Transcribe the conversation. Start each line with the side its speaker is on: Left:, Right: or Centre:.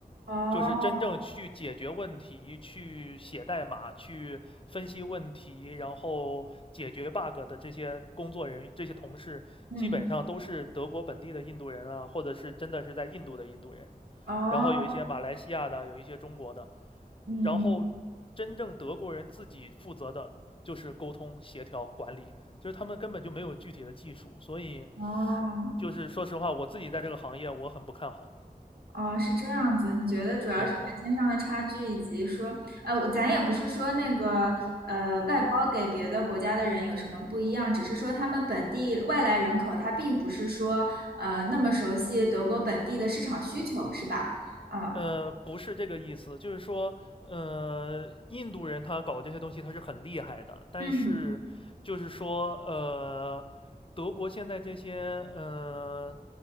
Right: 哦，
Left: 就是真正去解决问题、去写代码、去分析问题，然后解决 bug 的这些工作人员、这些同事，
Right: 嗯。
Left: 基本上都是德国本地的印度人啊，或者是真的是在印度的印度人，
Right: 哦，
Left: 然后有一些马来西亚的，有一些中国的，
Right: 嗯，
Left: 然后真正德国人自己负责的就是沟通、协调、管理，就是他们根本就没有具体的技术，所以
Right: 哦。
Left: 就是说实话，我自己在这个行业我很不看好。
Right: 哦，是这样子。你觉得主要是软件上的差距，
Left: 对对，
Right: 以及说，呃，我咱也不是说那个呃外包给别的国家的人有什么不一样，只是说他们本地外来人口，他并不是说呃那么熟悉德国本地的市场需求，是吧？啊，
Left: 呃，不是这个意思，就是说，呃，印度人他搞这些东西他是很厉害的，但是就是说，
Right: 嗯
Left: 呃，德国现在这些呃